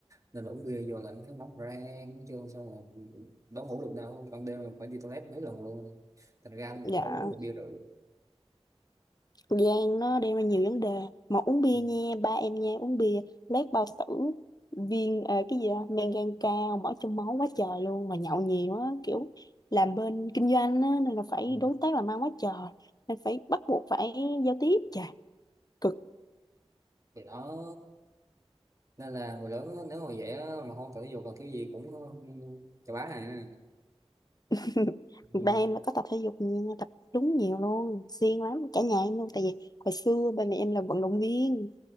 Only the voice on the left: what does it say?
dạ
gan nó đem ra nhiều vấn đề mà uống bia
nha ba em nha uống bia lét bao tử viên ờ, cái gì đó men gan cao mỡ trong máu quá trời luôn mà nhậu nhiều á kiểu làm bên kinh doanh á nên là phải
đối tác làm ăn quá trời nên phải bắt buộc phải giao tiếp trời cực
<laughs>
ba em là có tập thể dục nha, tập đúng nhiều luôn siêng lắm cả nhà em luôn tại vì hồi xưa ba mẹ em là vận động viên